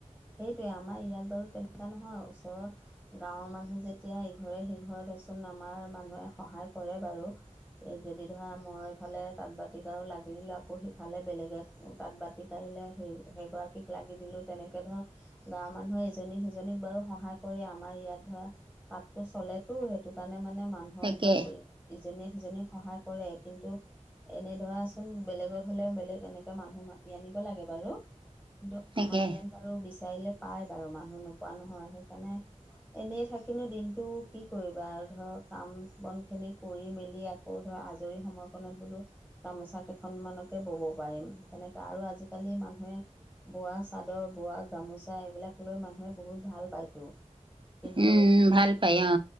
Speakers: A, in the centre; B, on the right.
A: সেইটোৱে আমাৰ ইয়াত বাৰু তেনেকুৱা নহয়, ওচৰৰ গাঁৱৰ মানুহ যেতিয়া ইঘৰে সিঘৰে দেচোন আমাৰ মানুহে সহায় কৰে বাৰু। এই যদি ধৰা মই ইফালে তাঁত বাতিক আৰু লাগি দিলোঁ আকৌ সিফালে বেলেগেত তাত বাতি কাঢ়িলে সেই সেইগৰাকীক লাগি দিলোঁ, তেনে তাকে ধৰ গাঁৱৰ মানুহে ইজনী সিজনীক বাৰু সহায় কৰে আমাৰ ইয়াত ধৰা। পাতটো চলেতো, সেইটো কাৰণে মানে মানুহক
B: তাকে
A: বাৰু। ইজনীয়ে সিজনীক সহায় কৰে কিন্তু। এনে ধৰাচোন বেলেগত হ'লে বেলেগ এনেকে মানুহ মাতি আনিব লাগে বাৰু। কিন্তু
B: তাকে
A: আমাৰ ইয়াত বাৰু বিচাৰিলে পায় বাৰু মানুহ নোপোৱা নহয়, সেইকাৰণে এনেই থাকিনো দিনটো কি কৰিবা আৰু ধৰ কাম বন খিনি কৰি মেলি। অ, ধৰ আজৰি সময়কণত বোলো। গামোচা কেইখনমানকে ব'ব পাৰিম, তেনেকা আৰু আজিকালি মানুহে বোৱা চাদৰ, বোৱা গামোচা এইবিলাক লৈ মানুহে বহুত ভাল পায়তো। কিন্তু
B: উম, ভাল পাই। অ,